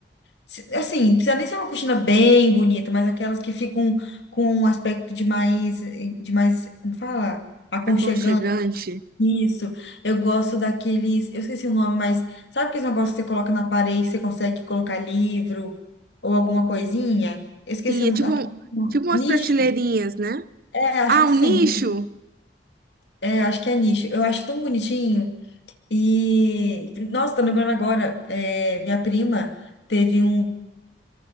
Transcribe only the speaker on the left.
se- Assim, não precisa nem ser uma cortina bem bonita, mas aquelas que ficam com um aspecto de mais, eh, de mais, como falar Aconchegante.
Isso. Eu gosto daqueles. Eu esqueci o nome, mas sabe aqueles negócios que você coloca na parede, que você consegue colocar livro ou alguma coisinha? Eu esqueci
o
nome.
Nicho.
É, acho
que não
sei
se é nicho. É, acho que é nicho. Eu acho tão bonitinho. E, nossa, tô lembrando agora, é, minha prima teve um,